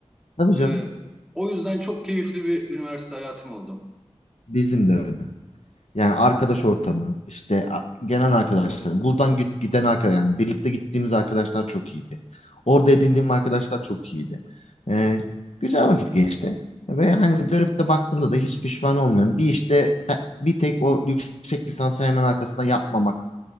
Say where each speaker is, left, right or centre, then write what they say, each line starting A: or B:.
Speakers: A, on the left; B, in the centre.
A: Tabii canım.
B: Ee, o yüzden çok keyifli bir üniversite hayatım oldu.
A: Bizim de öyle. Yani arkadaş ortamı, işte a- gelen arkadaşlar, buradan git- giden arkadaş, yani birlikte gittiğimiz arkadaşlar çok iyiydi. Orada edindiğim arkadaşlar çok iyiydi. Ee, güzel vakit geçti. Ve hani dönüp de baktığımda da hiç pişman olmuyorum. Bir işte e, bir tek o yüksek lisansı hemen arkasına yapmamak